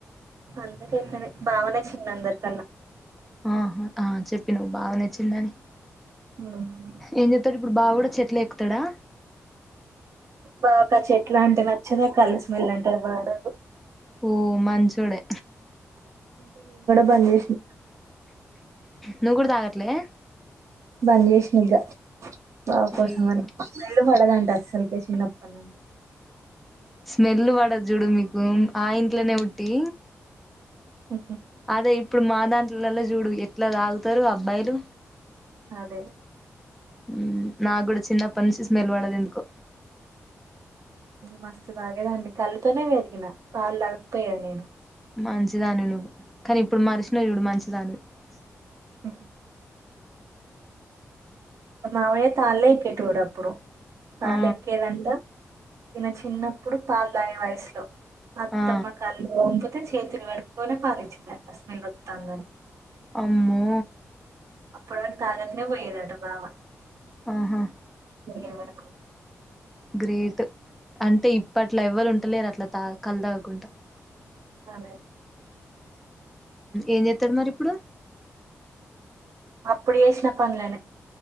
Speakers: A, on the right (about 70°); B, in the centre.
A: అందరే బావనే చిన్న అందరి కన్నా
B: ఆ ఆ చెప్పి నువ్వు బావనే చిన్న అని
A: ఉమ్.
B: ఏం చెత్తడు ఇప్పుడు బావ కూడా చెట్లు ఎక్కుతాడా
A: బావాకు ఆ చెట్లా అంటే నచ్చందు ఆ కళ్ళుస్మెల్ అంటేనే పడదు
B: ఓ మంచోడే
A: బంచేసి
B: నువ్వు కూడాతాగట్లే
A: బందుచేసిన ఇగ బావ కోసం
B: అయ్యో
A: అని పడదంటే అసలుకే చిన్నప్పటి నుండి
B: స్మెల్ పడద్ చూడు మీకు ఆ ఇంట్లోనే పుట్టి
A: స <unintelligible>
B: అదే ఇప్పుడు మా దాంట్లలలో చూడు ఎట్లా తాగుతారు అబ్బాయిలు.
A: అదే
B: ఊ నా కూడా చిన్నప్ప నుంచి స్మెల్ పడదు ఎందుకో
A: మస్తు తాగేదాన్ని. కళ్ళుతోనే పెరిగిన, పాలు తాగకపోయే నేను.
B: మంచిదానువు నువ్వు, కానీ ఇప్పుడు మార్సిన చూడు. మంచిదాన్ని బ <inaudible>
A: ఆ మా మావయ్య తాళ్ళే ఎక్కేటోడు. అప్పుడు తాళ్లే
B: ఆ
A: ఎక్కేదంట ఈయన చిన్నప్పుడు పాలు తాగిన వయసులో అత్తమ్మ
B: ఆ
A: కల్లు చేతులు కడుక్కుని పాలేచ్చిందంట. స్మెల్ వత్తాందని
B: అమ్మో
A: అప్పుడు తాగన్నే పోయనట బావ
B: ఆహా
A: తె వనకు
B: గ్రేట్ అంటే ఇప్పట్లో ఎవ్వరు ఉంటలేరు. అట్లా ఆ కల్లు తాక్కుంటా
A: అదే
B: ఏం చేస్తాడు మరి ఇప్పుడు.
A: అప్పుడేసిన పనలేనే